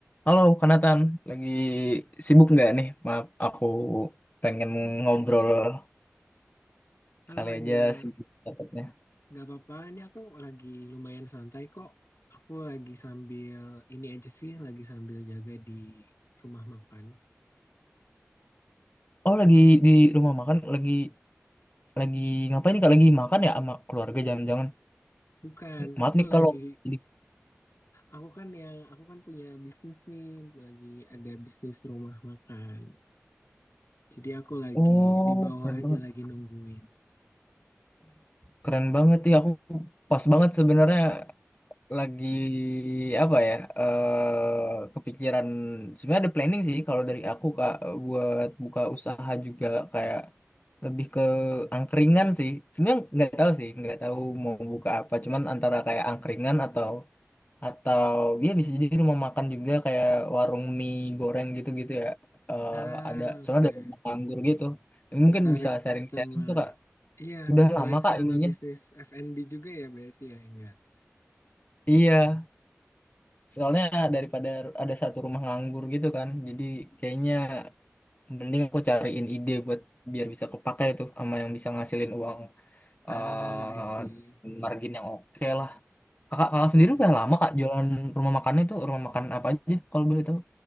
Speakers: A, on the left; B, on the left.
A: Halo, Kanatan. Lagi sibuk nggak nih? Maaf, aku pengen ngobrol.
B: Halo
A: Kali
B: Enggar,
A: aja sibuk dapatnya.
B: nggak apa-apa. Ini aku lagi lumayan santai kok. Aku lagi sambil ini aja sih, lagi sambil jaga di rumah makan.
A: Oh, lagi di rumah makan. Lagi lagi ngapain nih, Kak? Lagi makan ya sama keluarga? Jangan-jangan.
B: Bukan,
A: Maaf
B: aku
A: nih
B: lagi,
A: kalau jadi...
B: aku kan yang, aku kan punya bisnis nih, lagi ada bisnis rumah makan. Jadi aku lagi
A: Oh,
B: di bawah
A: keren
B: aja
A: banget.
B: lagi nungguin.
A: Keren banget. Ya, aku pas banget sebenarnya. lagi apa ya eh kepikiran sebenarnya ada planning sih kalau dari aku kak buat buka usaha juga kayak lebih ke angkringan sih sebenarnya nggak tahu sih nggak tahu mau buka apa cuman antara kayak angkringan atau atau ya bisa jadi rumah makan juga kayak warung mie goreng gitu gitu ya Eh
B: Ah,
A: ada soalnya
B: oke.
A: ada rumah anggur gitu
B: Tertarik
A: mungkin bisa sharing-sharing
B: sama,
A: tuh kak
B: iya,
A: udah
B: tertarik
A: lama kak
B: sama
A: ininya
B: bisnis F&B juga ya berarti ya Enggar?
A: iya Soalnya daripada ada satu rumah nganggur gitu kan, jadi kayaknya mending aku cariin ide buat biar bisa kepakai tuh sama yang bisa ngasilin uang
B: Ah,
A: eh
B: I see.
A: margin yang oke lah. Kakak, kakak sendiri
B: Hmm.
A: udah lama kak jualan rumah makan itu rumah makan apa aja kalau boleh tahu?